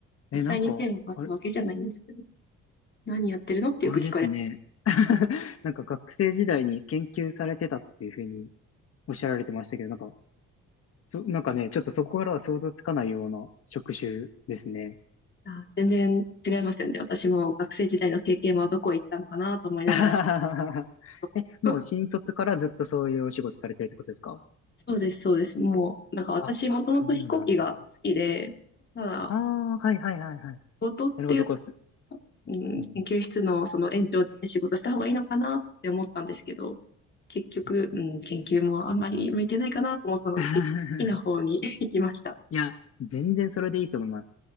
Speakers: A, on the left; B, on the left.
A: 実際に手を動かすわけじゃないんですけど、
B: え、なんか、あれ、
A: 何やってるのってよく聞かれ
B: あれですね。<laughs> なんか学生時代に研究されてたっていうふうにおっしゃられてましたけど、なんか、そ、なんかね、ちょっとそこからは想像つかないような職種ですね。
A: ます <laughs> 全然違いますよね。私も学生時代の経験はどこ行ったのかなと思いながら。
B: <laughs>
A: <laughs>
B: え、もう新卒からずっとそういうお仕事されてるってことですか
A: そうです、そうです。もう、なんか私もともと飛行機が好きで、
B: あ、そうなんだ。
A: ただ、
B: ああ、はいはいはいはい。
A: 仕事っていう、
B: なるほど、こうす。
A: うん、
B: うんう
A: 研究室のその延長で仕事した方がいいのかなって思ったんですけど、結局、
B: ん
A: うん、研究もあんまり向いてないかなと思ったので、
B: <laughs>
A: 好きな方に <laughs> 行きました。
B: いや、全然それでいいと思います。